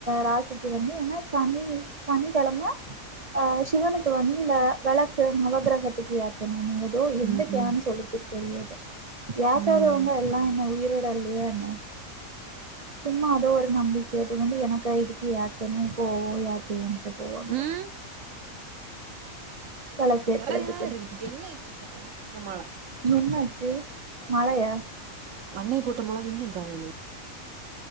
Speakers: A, on the right (about 40°); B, on the right (about 70°).
A: ராசிக்கு வந்து என்னா சனி சனி கெழம அஹ் சிவனுக்கு வந்து இந்த வெளக்கு நவகிரகத்துக்கு ஏத்தணு நீ ஏத் து எந்தக்கேன
B: ம், ம்,
A: சொல்லுச்சுன் தெரியாது ஏத்தாதவங்க
B: ம்.
A: எல்லா என்ன உயிரோ டல்லையா என்ன சும்மா அதோ ஒரு நம்பி கேட்டுவந்து எனக்கு இதுக்கு ஏத் தனு போவோ யாத்தயேண்ட்டு போவாங்க
B: ம்.
A: வெளக்கேத்துறதுக்குன்னு
B: சரியான <unintelligible> இந்த மழ
A: என்னாச்சி மழையா
B: அன்னைய போட்ட மொளகு இன்னு காயலை